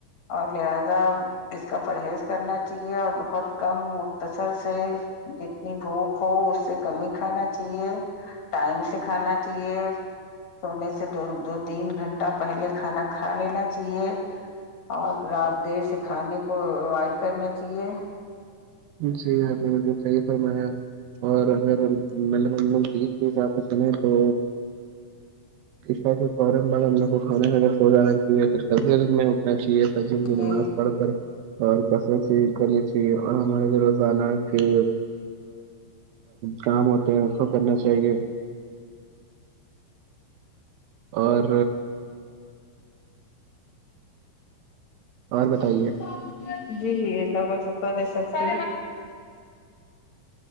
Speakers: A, on the left (about 60°); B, on the right (about 80°).
A: اور لہذا اس کا پرہیز کرنا چاہیے اور بہت کم مختصر سے جتنی بھوک ہو اسے کمی ہی کھانا چاہیے ٹائم سے کھانا چاہیے سونے سے سے دو دو تین گھنٹہ پہلے کھانا کھا لینا جیے اور رات دیر سے کھانے کو پرووائڈ کرنا چاہیے
B: جی آپ نے بالکل صحیح فرمایا اور اگر مطلب ہم لوگ دین کی جہ چلیں تو عشا کے فورا بعد ہم لوگ کو کھانے کادر س ہو جانا چاہیے پھر قل میں اٹھنا چاہیے سجر کی
A: جی
B: نماز پڑھ کر اور نا چاہیے کرنی چاہیے اور ہمارے جو روزانہ کے کام ہوتے ہیں اس کو کرنا چاہیے اور اور بتائیے
A: جی ہ جی جی اللہ کا شکر ہے سب سے